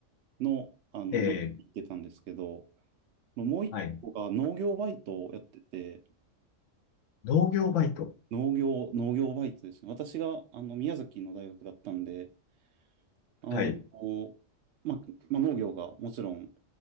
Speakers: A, on the right (about 65°); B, on the left (about 75°).
A: の、あの、
B: えー、
A: 乗り切ってたんですけど、もう一個が農業バイトをやってて、
B: はい、農業バイト。
A: 農業、農業バイトですね。私が、あの、宮崎の大学だったんで、あの、
B: はい、
A: こうま、ま、農業がもちろん